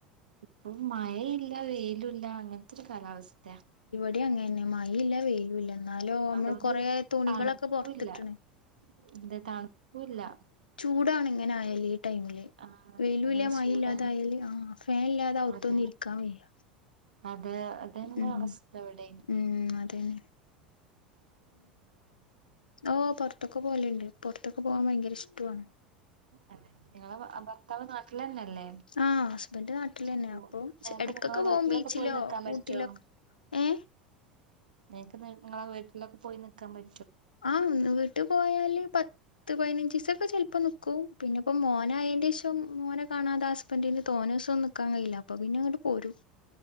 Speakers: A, on the right; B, on the left.
A: ഇപ്പം മഴയില്ല വെയിലുല്ല അങ്ങനത്തെ ഒരു കാലാവസ്ഥയാ.
B: ഇവടിം അങ്ങെനെന്നെ. മയീല്ല വെയിലൂല്ല. ഇന്നാലോ നമ്മൾ
A: അതുകൊണ്ട്
B: കൊറേ തുണികളൊക്കെ
A: തണുക്കൂല്ല
B: പുറത്തിട്ട്ണ്.
A: എന്ത് <unintelligible>
B: ചൂടാണ് ഇങ്ങനായാല്. ടൈമിൽ
A: ആഹ്
B: വൈലൂല്ല
A: അങ്ങനെ
B: മയി
A: ചൂടാണ്
B: ഇല്ലാതായാല് ആ ഫാൻ ഇല്ലാതെ അകത്തൊന്നും
A: അതെ
B: ഇരിക്കാൻ വയ്യ.
A: അത് അതന്നാ
B: ഉം
A: അവസ്ഥ ഇവിടേം.
B: ഉം അതന്നെ ഓ പൊറത്തൊക്കെ പോവുല്ണ്ട്. പൊറത്തൊക്കെ പോവാൻ ഭയങ്കര ഇഷ് ട്ടു ആണ്
A: അല്ലെ നിങ്ങള ഭർത്താവ് നാട്ടിലാന്നെല്ലേ.
B: ആ ഹസ്ബൻഡ് നാട്ടിലന്നെ
A: അപ്പൊ <unintelligible>
B: എടക്കൊക്കെ
A: നിങ്ങള വീട്ടിലൊക്കെ
B: പോവും ബീച്ചിലോ
A: പോയി നിക്കാൻ പറ്റോ?
B: ഊട്ടിലൊക്കെ ഏ
A: നിക്ക് നിങ്ങളെ വീട്ടിലൊക്കെ പോയി നിക്കാൻ പ
B: ആഹ് ഒന്ന് വീട്ട് പോയാല് പത്ത് പതിനഞ്ജീസക്കെ ചെൽ പ്പ നിക്കും പിന്നെപ്പ മോനായെന്റെശ മോനെ കാണാതെ ഹസ്ബൻന്റിന് തോനേസൊന്നും നിക്കാൻ കഴിയില്ല അപ്പൊ പിന്നെ ങ്ങട്ട് പോരും.